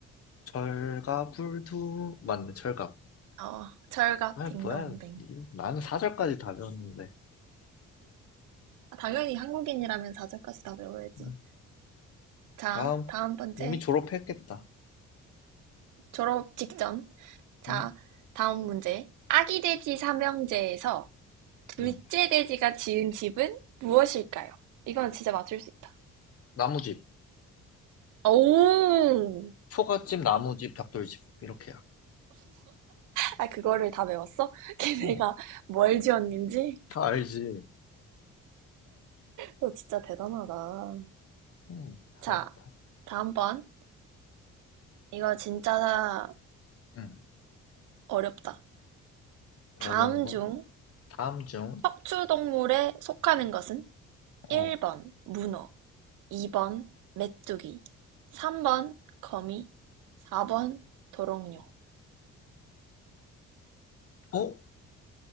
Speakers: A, on the left; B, on the right.
A: 철갑 불두 맞네 철갑
B: 어, 철갑
A: 아
B: 딩동댕.
A: 뭐야 이거 나는 사절까지 다 배웠는데
B: 아, 당연히 한국인이라면 4절까지 다 외워야지.
A: 음.
B: 자,
A: 다음.
B: 다음 번째.
A: 이미 졸업했겠다.
B: 졸업 직전. 자,
A: 응?
B: 다음 문제. 아기 돼지 삼형제에서 둘째
A: 응.
B: 돼지가 지은 집은 무엇일까요? 이건 진짜 맞출 수 있다.
A: 나무집.
B: 오!
A: 초가집, 나무집, 벽돌집. 이렇게야.
B: 아, 그거를 다 외웠어? <laughs> 걔네가
A: 응.
B: 뭘 지었는지?
A: 다 알지.
B: 너 진짜 대단하다.
A: 응.
B: 자,
A: 그렇다.
B: 다음번. 이거 진짜
A: 응.
B: 어렵다. 다음
A: 어려운 거.
B: 중
A: 다음 중.
B: 척추동물에 속하는 것은
A: 어.
B: 일 번 문어, 이 번 메뚜기, 삼 번 거미, 사 번 도롱뇽.
A: 어?